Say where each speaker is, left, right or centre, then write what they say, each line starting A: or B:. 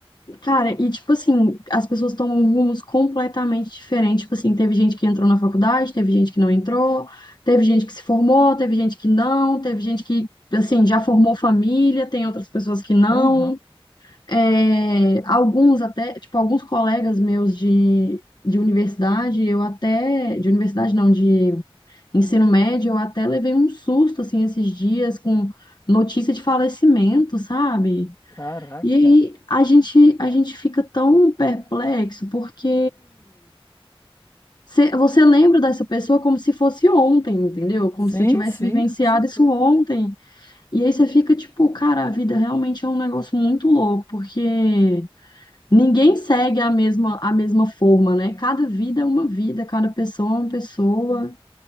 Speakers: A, on the left; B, on the left.
A: cara, e tipo assim, as pessoas tomam rumos completamente diferentes. Tipo assim, teve gente que entrou na faculdade, teve gente que não entrou, teve gente que se formou, teve gente que não, teve gente que, assim, já formou família, tem outras pessoas que não.
B: Aham,
A: É, alguns até, tipo, alguns colegas meus de, de universidade, eu até, de universidade não, de ensino médio, eu até levei um susto assim esses dias com notícia de falecimento, sabe?
B: Caraca.
A: E aí a gente a gente fica tão perplexo porque cê- você lembra dessa pessoa como se fosse ontem, entendeu? Como
B: Sim,
A: se você tivesse
B: sim,
A: vivenciado
B: com certeza.
A: isso ontem. E aí você fica tipo, cara, a vida realmente é um negócio muito louco, porque ninguém segue a mesma a mesma forma, né? Cada vida é uma vida, cada pessoa é uma pessoa.